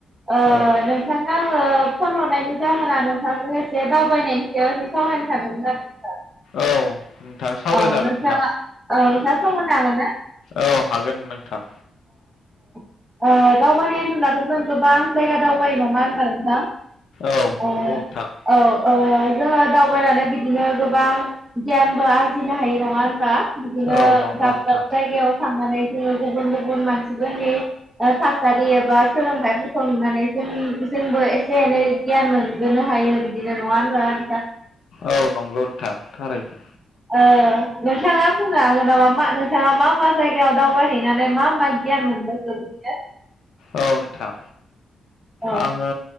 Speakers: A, on the right; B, on the left.
A: ओ
B: औ
A: नोंथाङा आङो फन हरनायनि जाहोना नोंथांजों एसे दावबायनायनि सायाव एसे सावरायनो सानदोंमोन आरो नोंथां।
B: औ नोंथां सावरायजागोन
A: औ नोंथाङा
B: नोंथां
A: औ नोंथाङा सम होनो हागोन ना?
B: औ हागोन नोंथां।
A: अ दावबायनाय होनोबब्लाथ' जों गोबां जायगा दावबायो नङा होनबा नोंथां?
B: औ
A: ओ
B: नंगौ नोंथां
A: औ ओ जोङो दावबायनानै बिदिनो गोबां गियानबो आरजिनो हायो नङा होनबा? बिदिनो
B: औ नंगौ
A: दाब
B: नोंथां
A: दाब जायगायाव थांनानै जोङो गुबुन गुबुन मानसि जोंनि <unintelligible> <unintelligible> एबा सोलोंथाइ <unintelligible> जों जोंबो एसे एनै गियान मोनबोनो हायो बिदिनो नङा होनबा? <unintelligible> औ
B: औ नंगौ नोंथां थारैनो
A: ओ नोंथाङा बुंनो हागोन नामा? मा नोंथाङा मा मा जायगायाव दावबायहैनानै मा मा गियान मोनबोखो बिदिनो?
B: औ नोंथां।
A: औ
B: आङो